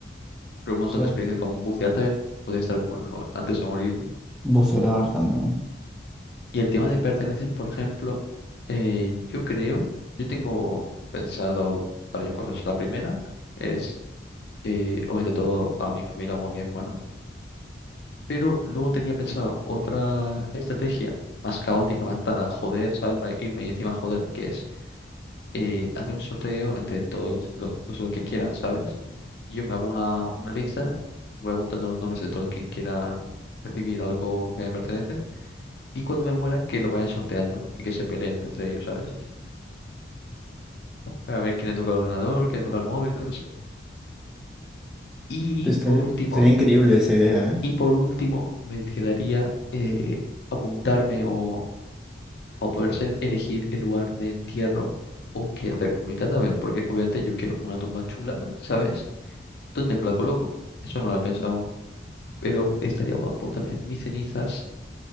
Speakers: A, on the left; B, in the centre.
A: Pero un montón
B: Sí.
A: de experiencias como bucear también podría estar bueno antes de morir.
B: Bucear también.
A: Y el tema de pertenencias, por ejemplo, eh, yo creo, yo tengo pensado varias cosas. La primera es, eh, obviamente, todo a mi familia o a mi hermano, pero luego tenía pensado otra estrategia más caótica, más para joder, ¿sabes? Para irme y encima joder, que es y hacer un sorteo entre todos lo- los, los que quieran, ¿sabes? Yo me hago una, una lista, voy apuntando los nombres de todos quien quieran recibir algo que me pertenece y cuando me muera que lo vayan sorteando y que se peleen entre ellos, ¿sabes? Para ver quién le toca el ordenador, quién le toca el móvil, todo eso. Y
B: Este-
A: por último,
B: sería increíble esa idea, ¿eh?
A: y por último me quedaría eh, apuntarme o, o poder ser elegir el lugar de entierro o qué hacer con mi cadáver, porque obviamente yo quiero una tumba chula, ¿sabes? ¿Dónde la coloco? Eso no lo he pensado aún, pero estaría guapo también. Mis cenizas,